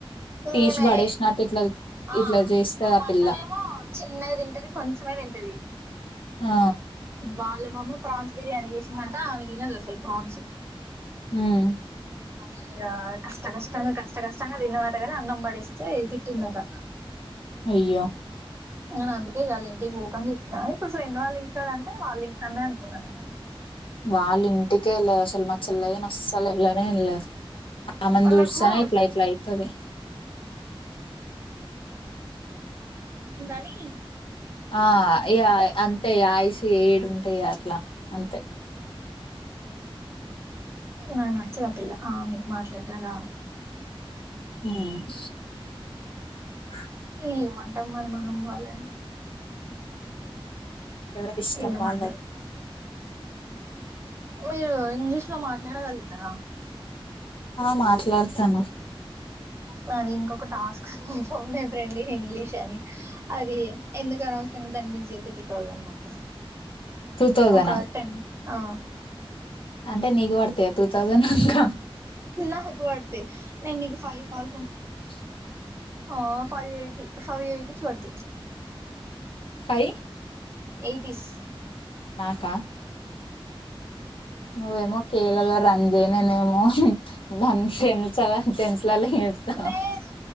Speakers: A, on the right; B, on the left.
A: మేమే
B: తీసి పడేసినట్టు ఇట్లా
A: ఆ
B: ఇట్లా చేస్తది
A: మా
B: ఆ
A: మరదలే
B: పిల్ల
A: ఏమో చిన్నగ తింటది కొంచమే తింటది
B: ఆ
A: వాళ్ళు మమ్మీ ప్రాన్స్ బిర్యానీ చేసిందంట ఆమె తినదు అసలు ప్రాన్స్
B: ఉమ్
A: ఇ కష్ట కష్టంగా కష్ట కష్టంగా దిన్నమాటగానే అన్నం పడేస్తే తిట్టిందట
B: అయ్యో
A: నేను అందుకే వాళ్ళ ఇంటికి పోకని చెప్పిన ఇప్పుడు ఫ్రెండ్ వాళ్ళ ఇంటిక్ ఇక్కడంటే వాళ్ళ ఇంకానే అనుకున్నాను నేను
B: వాళ్ళ ఇంటికేలే అస్ చల్ మ చల్లన్ అస్సల్ ఎల్లనే వెళదు ఆమెను
A: వాళ్ళకు
B: చూసనే ఇట్లా ఇట్ల అయితది
A: నీ
B: ఆ ఇయ అంతే ఇగ ఐస్ ఏడు ఉంటాయి అట్లా అంతే
A: నాక్ నచ్చదు ఆ పిల్ల ఆ మీ మాట్ ఎట్టర
B: మ్మ్ <inaudible>
A: ఏం అంటం మరి మనం వాళ్ళని
B: ఎవరి ఇష్టం
A: ఏమనలేం
B: వాళ్ళది
A: మీరు ఇంగ్లీష్ లో మాట్లాడగలుగుతారా
B: ఆ మాట్లాడుతాను
A: నాది ఇంకొక టాస్క్ <unintelligible> ఫోన్ ఏ ఫ్రెండ్ ఇంగ్లీష్ అని అది ఎందుకనవసరంగా దాని మిస్ అతే టూ థౌజండ్ పోతాయి
B: టూ థౌజనా
A: ఒక టెన్ ఆ
B: అంటే నీకు పడతయ టూ తౌసండ్ అంక
A: నాక్ వాడ్తయి నేను నీకు ఫైవ్ తౌసండ్
B: ఛ్
A: ఆ ఫైవ్ ఎయిటీ ఫైవ్ ఎయిటీస్ పడ్తాయి
B: ఫై
A: ఎయిటీస్
B: నాకా నువ్వేమో కేలల్లా రంజీ నేేనేేమో ద టన్సాల టెన్సెలల్ ఏతా
A: లేదు